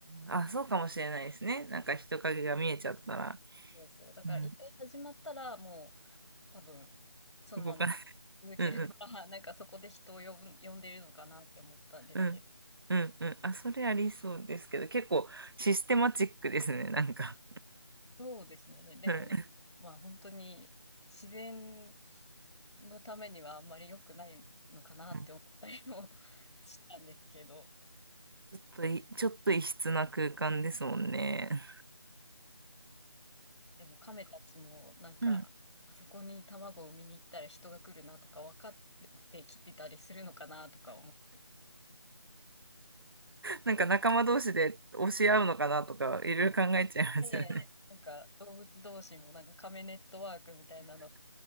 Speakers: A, on the right; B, on the left.
A: ーあ、そうかもしれないですね。なんか人影が見えちゃったら、
B: そうそう。だから一回始まったら、
A: うん、
B: もう、多分、そのまま続けるから、
A: うん、動かない。うん、うん、
B: <laughs> なんかそこで人を呼ぶ、呼んでるのかなって思ったんですけど。
A: うん、うん、うん。あ、それありそうですけど、結構システマチックですね、なんか。
B: そうですね。でも、
A: はい。
B: まあ本当に自然のためにはあんまり良くないのかなって思ったりも
A: うん
B: <laughs> したんですけど。
A: ちょっとい、ちょっと異質な空間ですもんね。
B: でも亀たちもなんか、
A: うん。
B: あそこに卵を産みに行ったら人が来るなとか分かってきてたりするのかなとか思っ
A: なんか仲間同士で教え合うのかなとか、いろいろ考えちゃいますよね。
B: て、なんか動物同士もなんか亀ネットワークみたいなの